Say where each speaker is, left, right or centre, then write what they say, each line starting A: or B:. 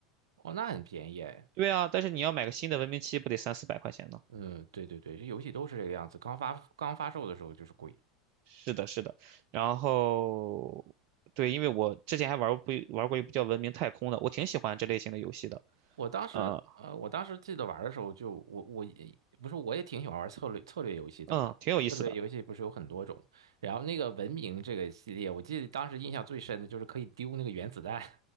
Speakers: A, on the right; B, on the right.
A: 哦，那很便宜哎。
B: 对啊，但是你要买个新的文明七，不得三四百块钱呢？
A: 嗯，对对对，这游戏都是这个样子。刚发刚发售的时候就是贵。
B: 是的，是的。然后，对，因为我之前还玩过不玩过一部叫《文明太空》的，我挺喜欢这类型的游戏的，
A: 我当时呃，
B: 呃，
A: 我当时记得玩的时候就我我也不是我也挺喜欢玩策略策略游戏的嘛。
B: 嗯，挺有意思的。
A: 策略游戏不是有很多种，然后那个文明这个系列，我记得当时印象最深的就是可以丢那个原子弹，